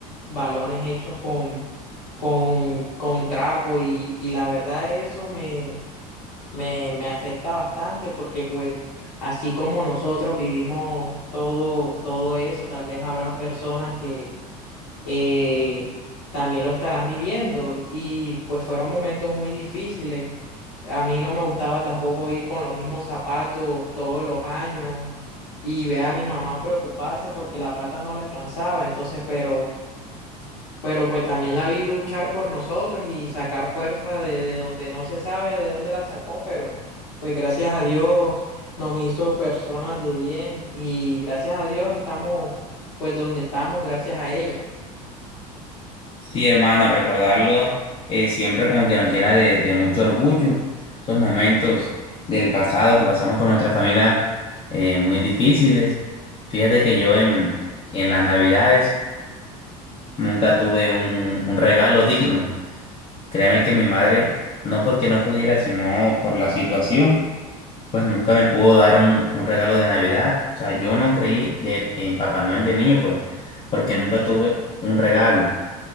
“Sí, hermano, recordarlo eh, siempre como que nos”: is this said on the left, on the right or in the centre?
Left